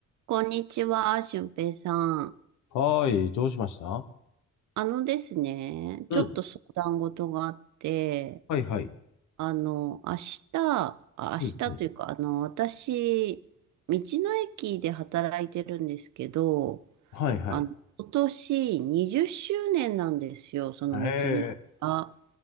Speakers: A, on the right; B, on the left.
A: こんにちは、俊平さん。
B: はーい、どうしました
A: あのですね、
B: うん。
A: ちょっと相談事があって、
B: はいはい。
A: あの、明日、あ明日というか、
B: うんうん。
A: あの、私、道の駅で働いてるんですけど、
B: はいはい。
A: あの、今年20周年なんですよ、その道の駅が。
B: へえ。